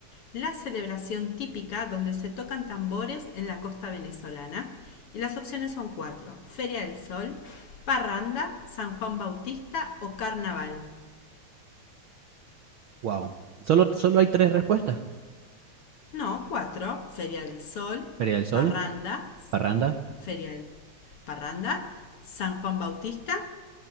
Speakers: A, on the left; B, on the right.
A: la celebración típica donde se tocan tambores en la costa venezolana? Y las opciones son cuatro. Feria del Sol, Parranda, San Juan Bautista o Carnaval.
B: Wow. Solo, solo hay tres respuestas.
A: No, cuatro. Feria del Sol,
B: Feria del Sol,
A: Parranda,
B: Parranda,
A: Feria del- Parranda, San Juan Bautista